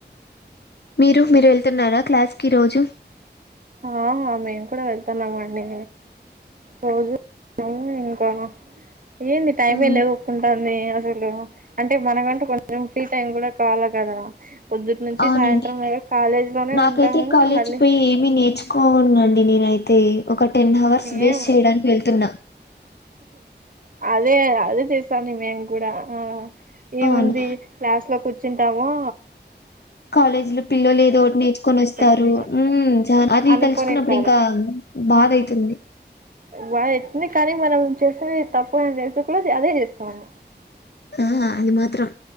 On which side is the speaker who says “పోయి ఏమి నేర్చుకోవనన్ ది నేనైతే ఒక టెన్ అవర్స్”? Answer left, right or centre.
Left